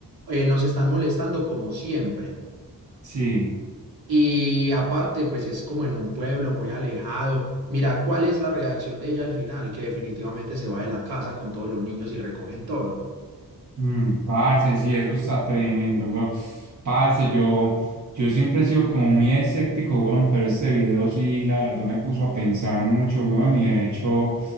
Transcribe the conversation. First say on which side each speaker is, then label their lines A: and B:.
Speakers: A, on the right (about 70°); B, on the right (about 50°).
A: eh, nos están molestando como siempre.
B: sí.
A: Y aparte, pues es como en un pueblo muy alejado. Mira cuál es la reacción de ella al final, que definitivamente se va de la casa con todos los niños y recogen todo.
B: Mm, parce, sí, eso está tremendo, weón. Parce, yo, yo siempre he sido como muy escéptico, weón, pero este video sí, la verdad me puso a pensar mucho, weón, y de hecho